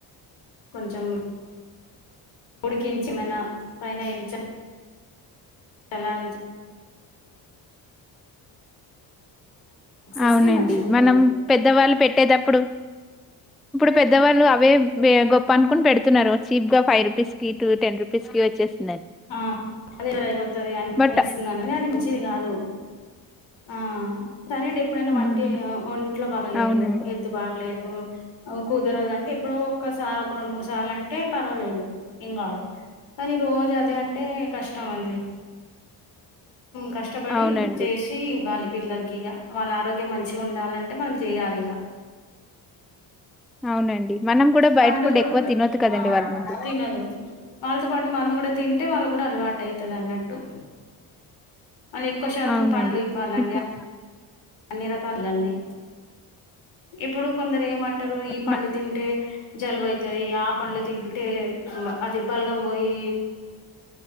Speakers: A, on the left; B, in the centre.
A: కొంచెం ఉడికించి మనా పైన ఎంచ చలా ఉంచి ఇస్తే
B: అవునండి
A: మంచిగా ఉంటది
B: మనం పెద్దవాళ్ళు పెట్టేటప్పుడు ఇప్పుడు పెద్దవాళ్ళు అవే గొప్ప అనుకుని పెడుతున్నరు చీప్గా ఫైవ్ రూపీస్కి టూ టెన్ రూపీస్కి వచ్చేసి
A: ఆ అదే <unintelligible> అయిపోతది అని అనుకోని
B: బట్
A: ఇస్తున్నరు కానీ అది మంచిది కాదు ఆ సరే అండి ఎప్పుడైనా మనకి
B: ఉమ్,
A: ఒంట్లో బాగలేదు
B: అవునండి
A: హెల్త్ బాగలేదు కుదరదు అంటే ఎప్పుడో ఒక్కసారి ఒక రెండు మూడు సార్లు అంటే పర్వాలేదు ఏం కాదు కానీ రోజు అదే అంటే కష్టం అండి కష్టపడి
B: అవునండి
A: చేసి ఇవ్వాలి పిల్లలకి ఇక వాళ్ళ ఆరోగ్యం మంచిగ ఉండాలంటే మనం చేయాలి ఇగ
B: అవునండి మనం కూడా బయట
A: పండు
B: ఫుడ్
A: కూడా
B: ఎక్కువ తినొద్దు కదండి
A: ఆ
B: వాళ్ళ ముందు
A: తినదు వాళ్ళతో పాటు మనం కూడా తింటే వాళ్ళకి కూడా అలవాటు టైతది అన్నట్టు మళ్ళీ ఎక్కువ శాతం
B: అవునండి
A: పండ్లు ఇవ్వాలండి
B: ఇప్పుడు
A: అన్ని రకాలుగా అండి ఇప్పుడు కొందరు ఏమంటరు ఈ పండ్లు
B: మ-
A: తింటే జలుబైతది ఆ పండ్లు తింటే టె అది బల్గంబోయి